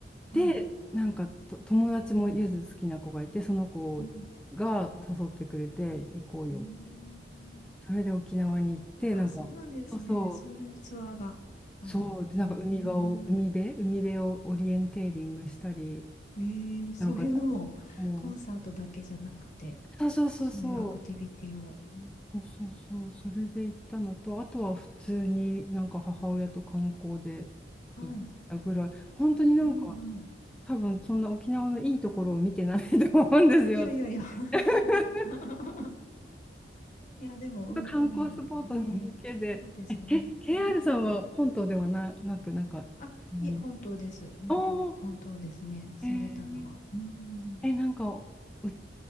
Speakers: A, on the left; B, in the centre.
A: はい。
B: で、なんかと友達もゆず好きな子がいて、その子が誘ってくれて行こうよ。
A: うん。へえー。
B: それで沖縄に行って、
A: あ、
B: なんか、
A: そうなんですね。
B: そうそう、
A: そういうツアーがあったんだ。
B: そう、で、なんか海場を、
A: うーん。
B: 海辺、海辺をオリエンテーリングしたり、
A: ええそういうのも、
B: なんかも
A: コンサートだけじゃなくて、
B: う、そうそうそうそう。
A: そういうアクティビティも。うん
B: そうそうそう、それで行ったのと、あとは普通になんか母親と観光で行ったぐらい、
A: はい。
B: 本当になんか
A: うんうん。
B: 多分そんな沖縄のいいところを見てない <laughs> と思うんですよ。
A: いやいやいや。
B: <laughs>
A: <laughs> いや、でも、
B: 本当観光スポットだけで。
A: う、海ね、そうですね。
B: え、え KR
A: うんうん
B: さんは本島ではな、なく、なんか、
A: あ、
B: ほんまに。
A: いえ、本当です。本当、
B: おー、
A: 本当ですね。住んでたのは。
B: えー、
A: うん。
B: え、なんか、う、う、